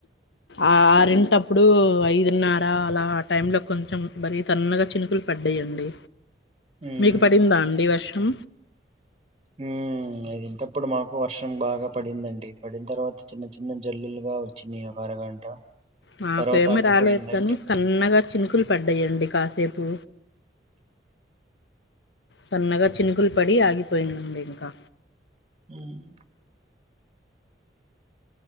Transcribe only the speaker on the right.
ఉమ్.
ఉమ్ ఐదింటప్పుడు మాకు వర్షం బాగా పడిందండి పడిన తర్వాత చిన్న చిన్న జల్లులుగా బాగా వచ్చినయి ఒక అరగంట
తర్వాత
ఆగిపోయిందండి.
ఉమ్